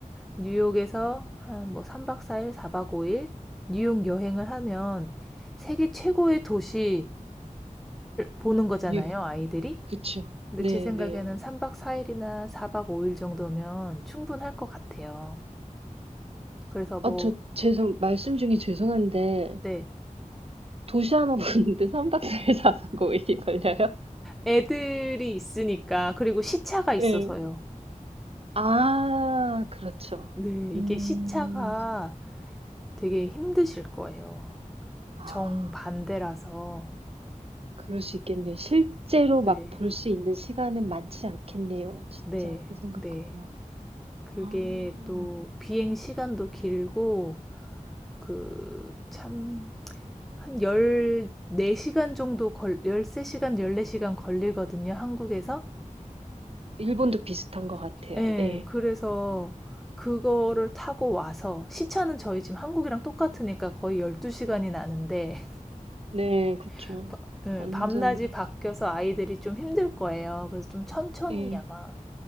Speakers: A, in the centre; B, on the right.
A: 뉴욕에서 한 뭐 3박 4일, 4박 5일 뉴욕 여행을 하면 세계 최고의 도시를 보는 거잖아요,
B: 예,
A: 아이들이.
B: 그쵸.
A: 근데
B: 네,
A: 제 생각에는
B: 네.
A: 3박 4일이나 4박 5일 정도면 충분할 것 같아요. 그래서 뭐,
B: 아, 저 죄송, 말씀 중에 죄송한데
A: 네.
B: 도시 하나 <laughs> 보는데 3박 4일 4박 5일이 걸려요?
A: 애들이 있으니까, 그리고 시차가 있어서요.
B: 네. 아 그렇죠.
A: 네, 이게
B: 음.
A: 시차가 되게 힘드실 거예요.
B: 아
A: 정반대라서.
B: 그럴 수 있겠네요. 실제로 막
A: 네,
B: 볼 수 있는 시간은 많지 않겠네요. 진짜
A: 네,
B: 그 생각하면.
A: 네. 그게
B: 아.
A: 또 비행 시간도 길고 그 참 한 14시간 정도 걸 13시간, 14시간 걸리거든요, 한국에서.
B: 일본도 비슷한 것 같아요.
A: 예,
B: 예.
A: 그래서 그거를 타고 와서 시차는 저희 지금 한국이랑 똑같으니까 거의 12시간이 나는데
B: 네 그쵸.
A: <laughs> 바- 예,
B: 완전
A: 밤낮이 바뀌어서 아이들이 좀 힘들 거예요. 그래서 좀 천천히
B: 예.
A: 아마